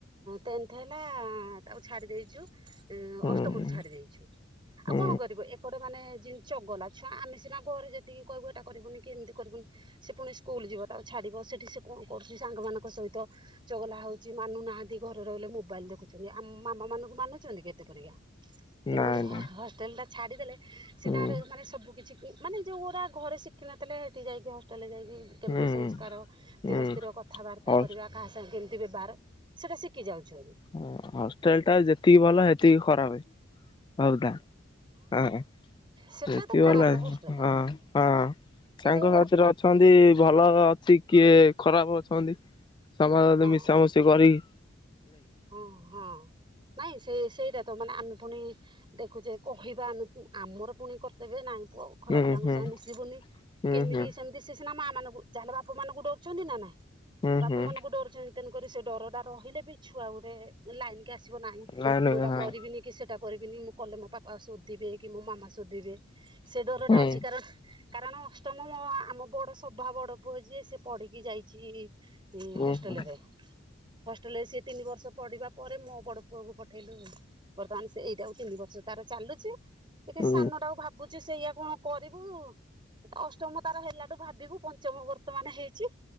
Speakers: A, on the right; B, on the left.
A: ଟେନ୍ଥ ହେଲା ତାକୁ ଛାଡି ଦେଇଛୁ।
B: ହୁଁ।
A: ଅଷ୍ଟମରୁୁ ଛାଡି ଦେଇଛୁ
B: ହୁଁ
A: ଆଉ କଣ କରିବ ଏକଟେ ମାନେ ଯି ଚଗଲା ଛୁଆ ଆମେ ସିନା ଘରେ ଯେତିକି କହିବୁ ଏଟା କରିବୁନି କି ଏମିତି କରିବୁନି। ସେ ପୁଣି ସ୍କୁଲ ଯିବ ତାକୁ ଛାଡିବ ସେଠି ସେ କଣ କରୁଛି ସାଙ୍ଗମାନଙ୍କ ସହିତ। ଚଗଲା ହଉଛି ମାନୁନାହାନ୍ତି ଘରେ ରହିଲେ ମୋବାଇଲ ଦେଖୁଛନ୍ତି ଆ ମାମା ମାନଙ୍କୁ ମାନୁଛନ୍ତି ଏତେ ପରିକା। ତେଣୁ
B: ନାଇଁ
A: କରି ହ
B: ନାଇଁ
A: ହଷ୍ଟେଲ ଟା ଛାଡିଦେଲେ।
B: ହୁଁ
A: ତାରେ ମାନେ ସବୁକଛି ମାନେ ଯେଉଁଗୁଡ଼ା ଘରେ ଶିଖିନଥିଲେ ହେଟି ଯାଇକି ହଷ୍ଟେଲରେ ଯାଇକି କେମିତି
B: ହୁଁ
A: ସଂସ୍କାର
B: ହୁଁ
A: ଧୀର ସ୍ଥିର କଥାବାର୍ତ୍ତା
B: ହଉ
A: କରିବା କାହା ସାଙ୍ଗେ କେମିତି ବ୍ୟବହାର ସେଟା ଶିକି ଯାଉଛନ୍ତି।
B: ଉ ହଷ୍ଟେଲଟା ଯେତିକି ଭଲ ହେତିକି ଖରାପେ। ହଉତା ହଁ ଯେତିକି
A: ସେଟା ତ ଖରାପ
B: ଭଲ
A: ହଷ୍ଟେଲ
B: ହେ ହଁ ହଁ। ସାଙ୍ଗ
A: କିନ୍ତୁ
B: ହତିର ଅଛନ୍ତି ଭଲ ଅଛି କିଏ ଖରାପ୍ ଅଛନ୍ତି ସମସ୍ତେ
A: ହଁ
B: ମିଶାମଶି କରିକି
A: ହଁ ହଁ ନାଇଁ ସେ ସେଇରାତ ମାନେ ଆମେ ଫୁଣି ଦେଖୁଛେ କହିବା ଆମେ ଆମର ପୁଣି କର୍ତବ୍ୟ ନାଇଁ ପୁଅ ଖରାପ୍
B: ହୁଁ
A: ପିଲାଙ୍କ
B: ହୁଁ।
A: ସାଙ୍ଗ ମିଶିବୁନି କି
B: ହୁଁ
A: ଏମିତିକି
B: ହୁଁ
A: ସେମିତି ସିଏ ସିନା ମା ମାନଙ୍କୁ ଯାହାେଲେ ବାପା ମାନଙ୍କୁ ଡରଛନ୍ତିନା ନାଇଁ।
B: ହୁଁ
A: ବାପା
B: ହୁଁ
A: ମାନଙ୍କୁ ଡରୁଛନ୍ତି ତେଣୁକରି ସେଡରଟା ରହିଲେବି ଛୁଆ ଗୋଟେ ଲାଇନ୍ କି ଆସିବ ନାହିଁ
B: ଲାଇନ
A: ମୁଁ ଏଇଟା
B: ହଁ
A: କରିବିନି କିସେ ସେଟା କରିବିନି ମୁଁକଲେ ମୋ ପାପା ଶୋଦିବେକି ମୋ ମାମା ଶୋଦିବେ ସେ ଡରଟା
B: ହୁଁ
A: ଅଛି କାରଣ କାରଣ ଅଷ୍ଟମ ମୋ ଆମ ବଡ଼ ସଭା ବଡ଼ ପୁଅଯିଏ ସେପଢିକି ଯାଇଚି
B: ହୁଁ
A: ହଷ୍ଟେଲରେ।
B: ହୁଁ।
A: ହଷ୍ଟେଲରେ ସିଏ ତିନି ବର୍ଷ ପଢିବା ପରେ ମୋବଡ଼ ପୁଅକୁ ପଠେଇଲୁ ବର୍ତ୍ତମାନସେ ଏଇଟାକୁ ତିନି ବର୍ଷ ତାର ଚାଲୁଚି ଟିକେ
B: ହୁଁ
A: ସାନ ଟାକୁ ଭାବୁଚୁ ସେଇଆ କଣ କରିବୁ ଅଷ୍ଟମ ତାର ହେଲାଠୁ ଭାବିବୁ ପଞ୍ଚମ ବର୍ତ୍ତମାନେ ହେଇଚି